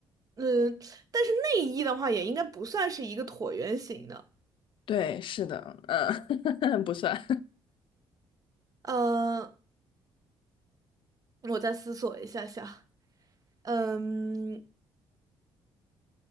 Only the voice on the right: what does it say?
嗯，但是内衣的话也应该不算是一个椭圆形的。
嗯，我再思索一下下。嗯